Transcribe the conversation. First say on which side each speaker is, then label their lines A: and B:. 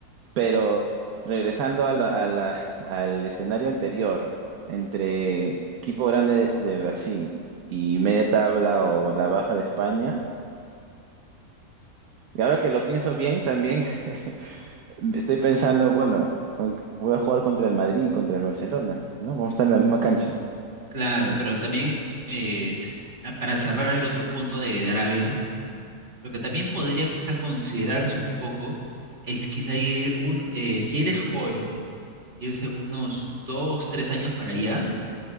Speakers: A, on the right; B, on the right.
A: Pero regresando a la- a la- <laughs> al escenario anterior, entre equipo grande de, de Brasil y media tabla o la baja de España, y ahora que lo pienso bien, también <laughs> estoy pensando, bueno, aunque voy a jugar contra el Madrid y contra el Barcelona, ¿no? Vamos a estar en la misma cancha.
B: claro, pero también eh, a- para cerrar el otro punto de, de Arabia. Lo que también podría quizá considerarse un poco es quizá ir un, eh, si eres joven, irse unos dos, tres años para allá